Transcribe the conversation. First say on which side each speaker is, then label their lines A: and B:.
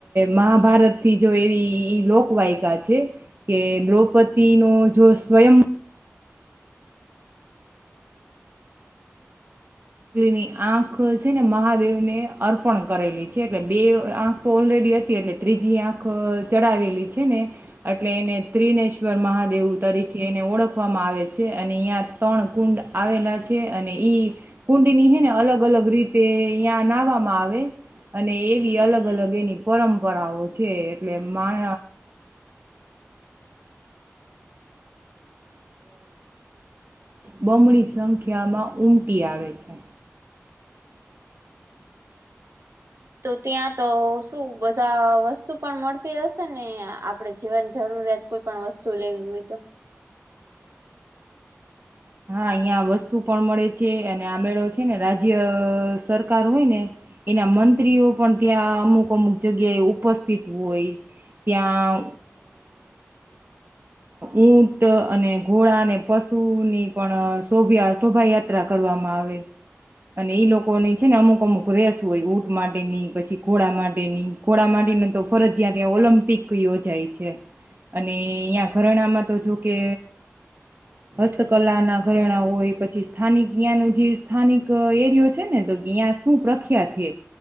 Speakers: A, on the right (about 45°); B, on the right (about 70°).
A: મહાભારત થી જો એવી ઈ લોકવાયકાા છે કે દ્રૌપદી નો જો સ્વયં ની આંખ છે ને મહાદેવને અર્પણ કરેલી છે એટલે બે આંખ તો ઓલરેડી હતી એટલે ત્રીજી આંખ ચડાવેલી છે ને એટલે એને ત્રિનેશ્વર મહાદેવ તરીકે એને ઓળખવામાં આવે છે અને અહ્ય ત્રણ કુંડ આવેલા છે અને ઈ કુંડની હે ને અલગ અલગ રીતે અયાં નાહવામાં આવે અને એવી અલગ અલગ એની પરંપરાઓ છે એટલે મા બમણી સંખ્યામાં ઉમટી આવે છે.
B: તો ત્યાં તો શું બધા વસ્તુ પણ મળતી હશે ને આપડે જીવન જરૂરિયાત કોઈ પણ વસ્તુ લેવી હોય તો
A: હા, અહિયાં વસ્તુ પણ મળે છે આ મેળો છે ને રાજ્ય સરકાર હોય ને એના મંત્રીઓ પણ ત્યાં અમુક અમુક જગ્યાએ ઉપસ્થિત હોય ત્યાં ઊંટ અને ઘોડાને પશુની પણ શભ શોભાયાત્રા કરવામાં આવે અને ઈ લોકોની છે ને અમુક અમુક રેસ હોય ઊંટ માટેની, પછી ઘોડા માટેની, ઘોડા માટેની તો ફરજિયાત ત્યાં ઓલમ્પિક યોજાય છે અને અ્યાં ઘરાણામાં તો જોકે હસ્ત કલા ના ઘરેણા હોય, પછી સ્થાનિક ત્યાંનુ જે સ્થાનિક એરિયો છે ને તો ત્યાં શું પ્રખ્યાત છે,